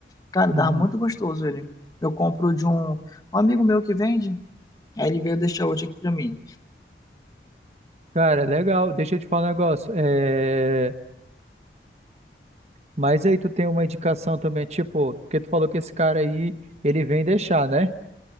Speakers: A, on the left; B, on the right.
A: Cara,
B: Uhum.
A: tava muito gostoso ele. Eu compro de um, um amigo meu que vende, aí ele veio deixar hoje aqui pra mim.
B: Cara, legal. Deixa eu te falar um negócio. É... Mas aí tu tem uma indicação também, tipo, porque tu falou que esse cara aí, ele vem deixar, né?